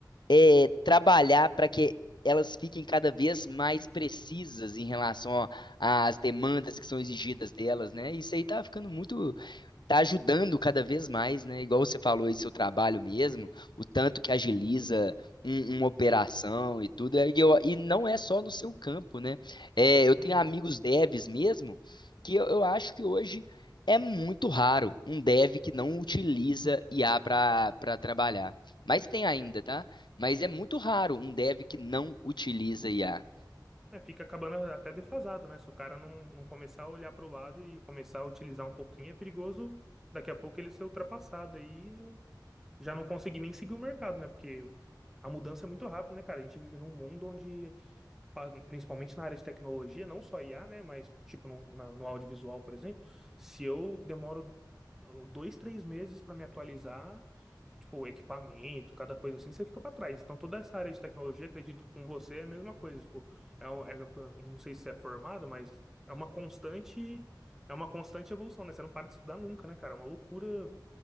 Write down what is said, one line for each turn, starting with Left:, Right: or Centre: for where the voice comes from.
Left: é, trabalhar para que elas fiquem cada vez mais precisas em relação ó, às demandas que são exigidas delas, né? Isso aí tá ficando muito, tá ajudando cada vez mais, né? Igual você falou aí, seu trabalho mesmo, o tanto que agiliza um- uma operação e tudo. é, E, eu- e não é só no seu campo, né? É, eu tenho
Centre: Uhum.
Left: amigos devs mesmo, que eu, eu acho que hoje é muito raro um dev que não utiliza IA para para trabalhar. Mas tem ainda,
Centre: É.
Left: tá? Mas é muito raro um dev que não utiliza IA.
Centre: É, fica acabando até defasado, né? Se o cara não, não começar a olhar para o lado e começar a utilizar um pouquinho, é perigoso daqui a pouco ele ser ultrapassado aí e não, já não conseguir nem seguir o mercado, né? Porque a mudança é muito rápida, né, cara? A gente vive num mundo onde, pa- principalmente na área de tecnologia, não só IA, né? Mas, tipo, no, na- no audiovisual, por exemplo, se eu demoro uh, dois, três meses para me atualizar. o equipamento, cada coisa assim, você fica para trás. Então, toda essa área de tecnologia, acredito que com você é a mesma coisa. Tipo, é, um- é- não sei se você é formado, mas é uma constante, é uma constante evolução, né? Você não para de estudar nunca, né, cara? É uma loucura